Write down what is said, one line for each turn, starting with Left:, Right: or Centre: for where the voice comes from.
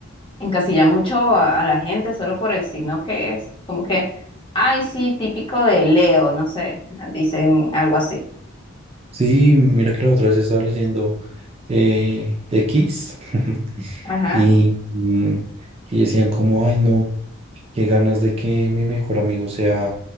Left: encasilla mucho a, a la gente solo por el signo que es. Como que, ay, sí, típico de Leo, no sé, dicen algo así.
Right: Sí, mira que la otra vez estaba leyendo eh, X <laughs>
Left: Ajá,
Right: y, mm, y decían como, ay, no, qué ganas de que mi mejor amigo sea